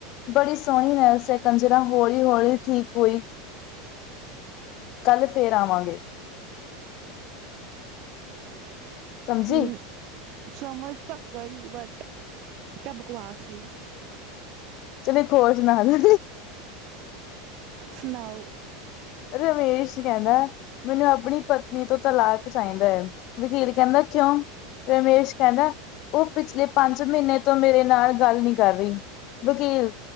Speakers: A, on the left; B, on the right.
A: ਬੜੀ ਸੋਹਣੀ <unintelligible> ਜਰਾ ਹੌਲੀ-ਹੌਲੀ ਠੀਕ ਹੋਈ, ਕੱਲ ਫੇਰ ਆਵਾਂਗੇ। ਸਮਝੀ
B: ਹਮ। ਸਮਝ ਤਾ ਗਈ ਬਟ, ਕਿਆ ਬਕਵਾਸ ਸੀ।
A: ਚਲੋ, ਇੱਕ ਹੋਰ ਸੁਣਾਦੋ।
B: ਸੁਣਾਓ?
A: ਰਮੇਸ਼ ਕਹਿੰਦਾ, ਮੈਨੂੰ ਆਪਣੀ ਤੋਂ ਤਲਾਕ ਚਾਹੀਦਾ ਏ। ਵਕੀਲ ਕਹਿੰਦਾ ਕਿਉਂ? ਰਮੇਸ਼ ਕਹਿੰਦਾ ਉਹ ਪਿਛਲੇ ਪੰਜ ਮਹੀਨੇ ਤੋਂ ਮੇਰੇ ਨਾਲ ਗੱਲ ਨਹੀਂ ਕਰ ਰਹੀ। ਵਕੀਲ,